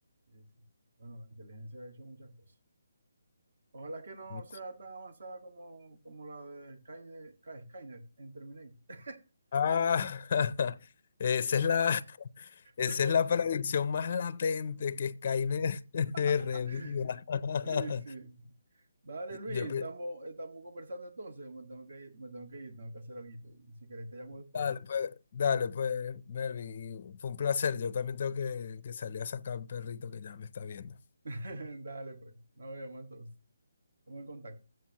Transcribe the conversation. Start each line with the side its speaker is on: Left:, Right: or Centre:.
Right: sí. Bueno, la inteligencia ha hecho muchas cosas. Ojalá que no
Left: No.
Right: sea tan avanzada como, como la de Skynet, Skynet en Terminator.
Left: Ah, <laughs> esa es la, esa
Right: <laughs>
Left: es la predicción más latente que Skynet <laughs>
Right: <laughs>
Left: reviva. <laughs>
Right: Sí, sí. Dale, Luis,
Left: Yo, pe-
Right: estamos, estamos conversando entonces. Me tengo que ir, me tengo que ir, tengo que hacer algo. Y si querés, te llamo después.
Left: Dale, pues, dale, pues, Melvin, y fue un placer. Yo también tengo que, que salir a sacar un perrito que ya me está viendo.
Right: <laughs> Dale, pues. Nos vemos entonces. Estamos en contacto.